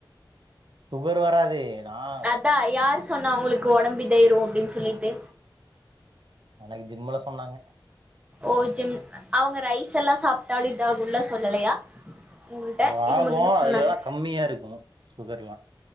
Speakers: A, on the right; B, on the right.
A: சுகர் வராது நான்
B: அதா யாரு சொன்னா உங்களுக்கு ஒடம்பு இதாயிரு அப்டின்னு சொல்லிட்டு
A: அன்னைக்கு ஜிம்முல சொன்னாங்க
B: ஓ ஜிம் அவுங்க ரைஸ் எல்லா சாப்ட்டாலு இதாகுல்ம்லா சொல்லலையா உங்கள்ட்ட
A: அது
B: இது
A: ஆகு
B: மட்டுந்தா
A: அதுலல்லா
B: சொன்னாங்க
A: கம்மியா இருக்கு சுகர் எல்லா